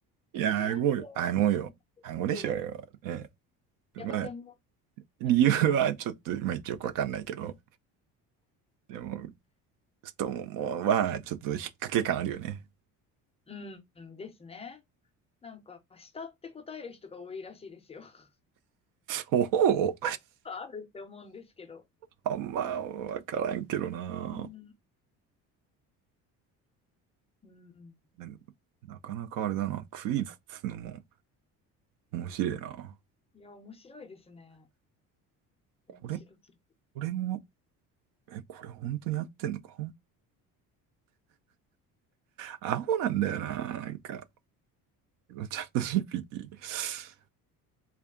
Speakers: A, on the right; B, on the left.
A: いや、
B: ーなんでやっ
A: 顎よ。顎よ。顎でしょうよ。
B: てるん
A: ね。まあ、
B: やっぱ専門
A: 理由はちょっと、
B: ですか
A: まあ一応よくわかんないけど、でも、ちょっともう、もうまあ、ちょっと引っ掛け感あるよね。
B: うん、うんですね。なんか、下って答える人が多いらしいですよ。<laughs>
A: そう
B: あるって思うんですけど。
A: あんまわからんけどな。
B: うん。うん。
A: なんなかなかあれだな。クイズっつうのも面白いな。
B: いや、面白いですね。面白すぎ。
A: これ、これも、え、これ本当に合ってんのかアホなんだよな。なんか、チャット GPT。